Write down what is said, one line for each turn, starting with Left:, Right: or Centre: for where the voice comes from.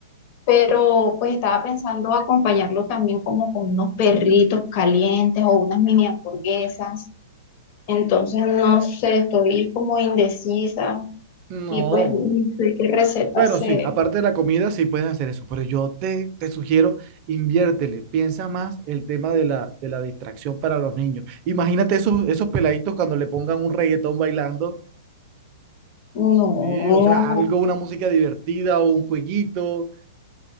Left: pero pues estaba pensando acompañarlo también como con unos perritos calientes o unas mini hamburguesas. Entonces, no sé, estoy como indecisa
Right: No,
Left: y pues no sé qué receta
Right: Bueno,
Left: se...
Right: sí, aparte de la comida, sí puedes hacer eso, pero yo te, te sugiero, inviértele, piensa más el tema de la, de la distracción para los niños. Imagínate esos, esos peladitos cuando le pongan un reggaetón bailando,
Left: No,
Right: sí, o sea, algo, una música divertida o un jueguito.